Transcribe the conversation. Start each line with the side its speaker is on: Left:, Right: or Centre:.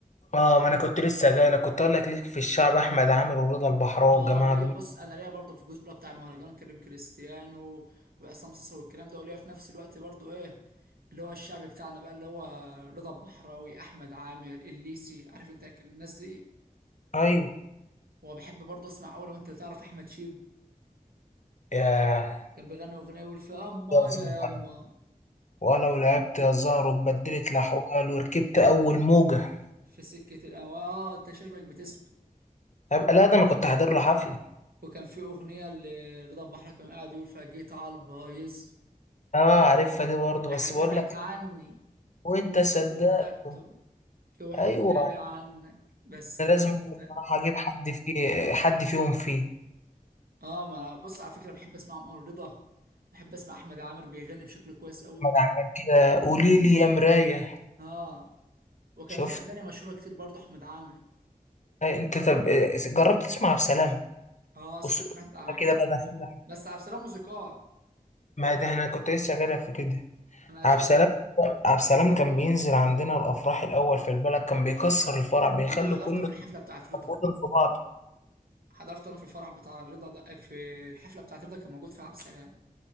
Left: اه ما انا كنت لسه جاي لك كنت اقول لك ليك في الشعب احمد عامر ورضا البحراوي
Right: اه
Left: الجماعة
Right: ليا
Left: دول
Right: بص انا ليا برضه في الجزء بقى بتاع المهرجان كريم كريستيانو وعصام صاصا والكلام ده وليا في نفس الوقت برضه ايه اللي هو الشعب بتاعنا بقى اللي هو رضا البحراوي احمد عامر الليسي عارف انت الناس دي
Left: ايوه
Right: وبحب برضه اسمع اوي لو انت تعرف احمد شيب
Left: ياه
Right: كان بيغني اغنيه يقول في اما
Left: يا زهر
Right: يا يما
Left: ولو لعبت يا زهر واتبدلت الاحوال وركبت اول موجة
Right: في سكة الأم اه انت شكلك بتسمع
Left: هبقى لا ده انا كنت حاضر له حفلة
Right: وكان في أغنية لرضا البحراوي كان قاعد يقول فيها جيت على البايظ
Left: اه عارفها دي برضه
Right: اللي
Left: بس
Right: حكى
Left: بقول
Right: لك
Left: لك
Right: عني
Left: وانت
Right: وانت
Left: صدقته
Right: صدقته وحكى
Left: ايوه
Right: لي عنك بس انا
Left: انا لازم بصراحه
Right: صدقت
Left: اجيب حد فيه حد فيهم فيه
Right: اه ما انا بص على فكرة بحب اسمع عمر رضا بحب اسمع احمد عامر بيغني بشكل كويس قوي
Left: ما عمل كده قولي لي يا مرايه
Right: اه وكان
Left: شفت
Right: ليه اغاني مشهورة كتير برضه احمد عامر
Left: أي انت طب إيه، جربت تسمع عبد السلام
Right: اه سمعت
Left: أس-
Right: عن عبد
Left: كده
Right: السلام
Left: بقى
Right: برضه
Left: دخلنا
Right: بس عبد السلام موسيقار
Left: ما ده انا كنت لسه جايلك في كده
Right: انا
Left: عبد
Right: شفت
Left: السلام عبد السلام كان بينزل عندنا الافراح الاول في البلد كان بيكسر الفرح بيخلي
Right: انا حضرته
Left: كله
Right: في الحفلة بتاعت رضا
Left: يتفاوض في بعضه
Right: حضرت انا في الفرح بتاع رضا ده في الحفله بتاعت رضا كان موجود فيها عبد السلام